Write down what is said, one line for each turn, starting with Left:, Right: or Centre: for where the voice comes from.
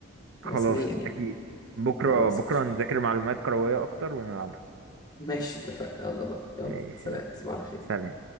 Right: خلاص
Left: رسميا يعني
Right: اكيد بكرة
Left: خلاص
Right: بكرة
Left: قشطة
Right: نذاكر معلومات كروية اكتر ونلعب
Left: ماشي اتفقنا يلا بقى يلا
Right: ماشي
Left: سلام
Right: يلا
Left: تصبح على خير
Right: سلام